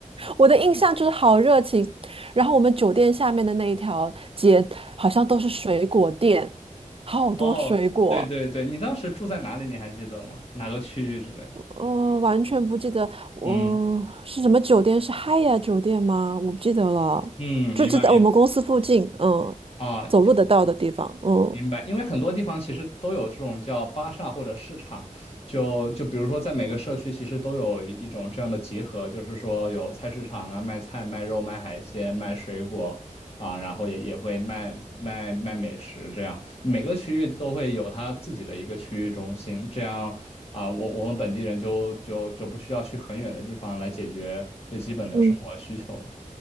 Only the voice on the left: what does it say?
哦，对对对，你当时住在哪里？你还记得吗？哪个区域之类的？
嗯。
嗯，
明白明白
啊，
明白。因为很多地方其实都有这种叫巴萨或者市场，就就比如说在每个社区其实都有一一种这样的集合，就是说有菜市场啊，卖菜、卖肉、卖海鲜、卖水果啊，然后也也会卖卖卖美食这样。每个区域都会有它自己的一个区域中心，这样啊，我我们本地人就就就不需要去很远的地方来解决最基本的生活需求了。